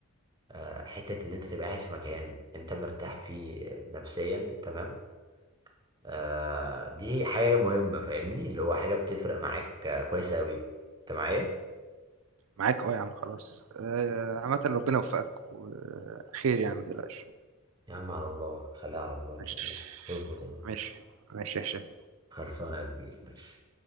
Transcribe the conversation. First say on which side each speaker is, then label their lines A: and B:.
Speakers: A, on the right; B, on the right.
A: آه، حته ان انت تبقى قاعد في مكان انت مرتاح فيه نفسيا تمام آه، دي حاجه مهمه فاهمني اللي هو حاجه بتفرق معاك آه، كويس قوي انت معايا
B: معاك اه يا عم خلاص آه، عامة ربنا يوفقك وخير يعني ما تقلقش
A: يا عم على الله خليها على الله ان
B: ماشي
A: شاء الله اظبط هنا
B: ماشي ماشي يا هشام
A: خلصانه يا كبير ماشي